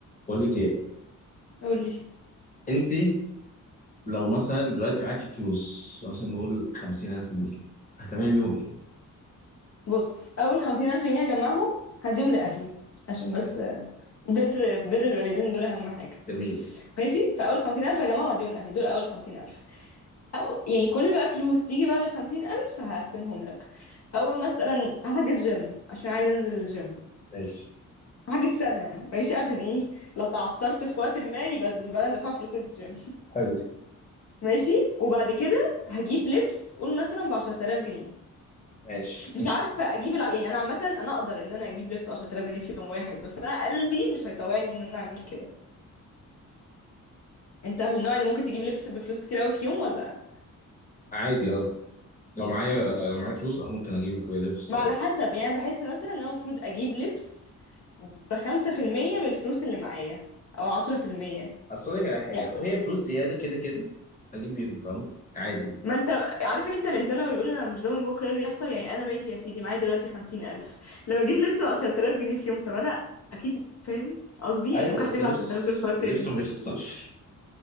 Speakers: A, on the left; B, on the left.
A: بقول لك ايه
B: قولي
A: انت لو مثلا دلوقتي معاكي فلوس مثلا نقول 50000 جنيه هتعملي بيهم ايه؟
B: بص اول خمسين الف جنيه اجمعهم هديهم لاهلي عشان بس
A: حلو.
B: بر بر الوالدين دول اهم حاجه
A: جميل
B: ماشي فاول خمسين الف اجمعهم هديهم لاهلي دول اول خمسين الف او يعني كل بقى فلوس تيجي بعد الخمسين الف هقسمهم لك اول مثلا هحجز جيم عشان عايز انزل الجيم
A: ماشي
B: هحجز سنه ماشي عشان ايه لو تعثرت في وقت ما يبقى يبقى انا دافعه فلوس الجيم <laughs>
A: حلو
B: ماشي وبعد كده هجيب لبس قول مثلا ب 10000 جنيه
A: ماشي
B: مش
A: مش
B: عارفه اجيب الع... يعني انا عامه انا اقدر ان انا اجيب لبس ب 10000 جنيه في يوم واحد بس انا قلبي مش هيطوعني ان انا اعمل كده انت من النوع اللي ممكن تجيب لبس بفلوس كتير قوي في يوم ولا
A: عادي اه لو معايا لو معايا فلوس اه ممكن اجيب لبس
B: ما على حسب يعني بحس مثلا ان انا المفروض اجيب لبس بخمسة في المية من الفلوس اللي معايا او عشرة في المية
A: اصل اقول لك على حاجه
B: يعني
A: لو هي فلوس زياده كده كده اجيب بيهم فاهم عادي
B: ما انت عارف انت الانسان لما بيقول انا مش ضامن بكره ايه اللي يحصل يعني انا ماشي يا سيدي معايا دلوقتي خمسين الف لما اجيب لبس ب 10000 جنيه في يوم طب انا اكيد فاهم قصدي يعني
A: ايوه
B: ممكن
A: بس
B: احتاج
A: اللبس
B: ال 10000 دول في وقت
A: اللبس
B: تاني
A: ما بيخسرش